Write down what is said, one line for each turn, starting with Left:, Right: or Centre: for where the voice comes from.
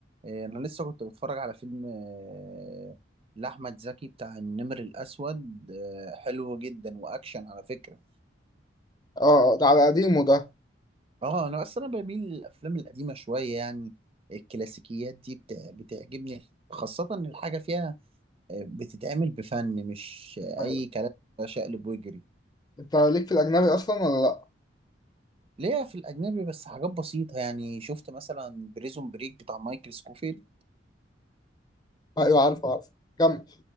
Right: إيه، انا لسه كنت بتفرج على فيلم آه، لاحمد زكي بتاع النمر الاسود آه، حلو جدا واكشن على فكره
Left: اه ده على قديمه ده
Right: اه انا بس انا بميل للافلام القديمه شويه يعني الكلاسيكيات دي بتع- بتعجبني خاصه ان الحاجه فيها آه، بتتعمل بفن مش آه،
Left: ايوه
Right: اي كلام شقلب ويجري
Left: انت ليك في الاجنبي اصلا ولا لا
Right: ليا في الأجنبي بس حاجات بسيطة يعني شفت مثلا بريزون بريك بتاع مايكل سكوفيلد
Left: ايوه عارف عارف كمل